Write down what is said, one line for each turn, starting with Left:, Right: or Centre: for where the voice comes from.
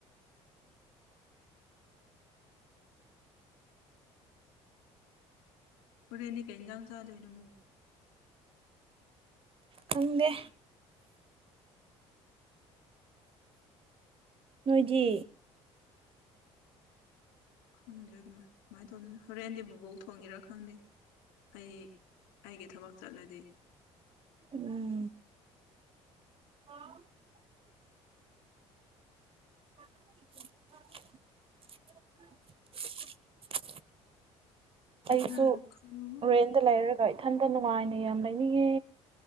Left: ꯍꯣꯔꯦꯟꯗꯤ ꯀꯩ ꯌꯦꯟꯖꯥꯡ ꯆꯥꯗꯣꯏꯅꯣ
Right: ꯈꯪꯗꯦ ꯅꯣꯏꯗꯤ
Left: ꯈꯪꯗ꯭ꯔꯦ ꯀꯃꯥꯏ ꯀꯃꯥꯏꯅ ꯇꯧꯗꯣꯢꯅꯣ ꯍꯣꯔꯦꯟꯗꯤ ꯕꯨꯕꯣꯛ ꯊꯣꯡꯒꯦꯔꯥ ꯈꯪꯗꯦ ꯑꯩ ꯑꯩꯒꯤ ꯊꯕꯛ ꯆꯠꯂꯗꯤ
Right: ꯎꯝ <unintelligible> <unintelligible> ꯑꯩꯁꯨ
Left: ꯂꯥꯛꯈ꯭ꯔꯣ
Right: ꯔꯦꯟꯗ ꯂꯩꯔꯒ ꯏꯊꯟꯇ ꯅꯨꯡꯉꯥꯏꯅ ꯌꯥꯝ ꯂꯩꯅꯤꯡꯉꯦ